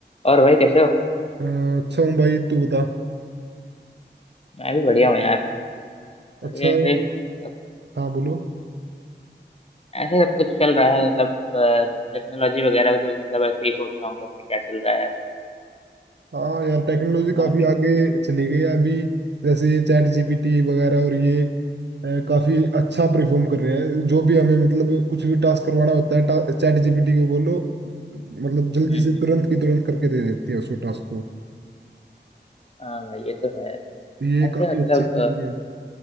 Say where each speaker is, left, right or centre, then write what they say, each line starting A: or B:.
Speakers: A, on the left; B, on the right.
A: और भाई कैसे हो
B: अ, अच्छा हूँ भाई तू बता
A: मैं भी बढ़िया हूँ यार
B: अच्छा
A: बढ़िया ऐसे सब
B: हाँ बोलो
A: ऐसे सब कुछ चल रहा है मतलब टेक्नोलॉजी वगैरह के मतलब ऐसे ही सोच रहा हूँ कैसे क्या चल रहा है आजकल
B: हाँ यार टेक्नोलॉजी
A: तुम्हारा
B: काफी
A: क्या है?
B: आगे चली गई है अभी जैसे ये चैट जीपीटी वगैरह और ये अ, काफी अच्छा परफॉर्म कर रहे हैं जो भी हमें मतलब कुछ भी टास्क करवाना होता है चैट जीपीटी को बोलो मतलब जल्दी
A: हम्म
B: से
A: हम्म
B: तुरंत की तुरंत करके दे देती है उसको टास्क को
A: हाँ भाई ये तो है
B: ये
A: ऐसे
B: काफी
A: मतलब
B: अच्छी चीज भी है